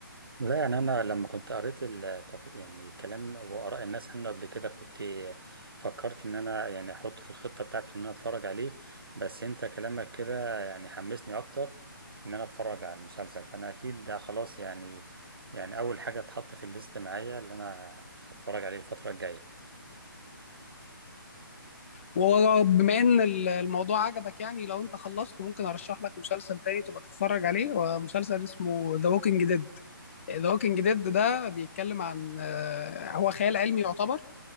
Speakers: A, on the right (about 85°); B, on the left (about 35°).
A: لا يعني أنا لما كنت قريت التق... يعني كلام وآراء الناس عنه قبل كده كنت فكرت إن أنا يعني أحطه في الخطة بتاعتي إن أنا أتفرج عليه بس أنت كلامك كده يعني حمسني أكتر إن أنا أتفرج على المسلسل فأنا أكيد ده خلاص يعني يعني أول حاجة اتحط في الليست معايا اللي أنا هتفرج عليه الفترة الجاية
B: وبما ان ال- الموضوع عجبك يعني لو انت خلصت ممكن ارشح لك مسلسل تاني تبقى تتفرج عليه ومسلسل اسمه ذا ووكينج ديد ذا ووكينج ديد ده بيتكلم عن آه، هو خيال علمي يعتبر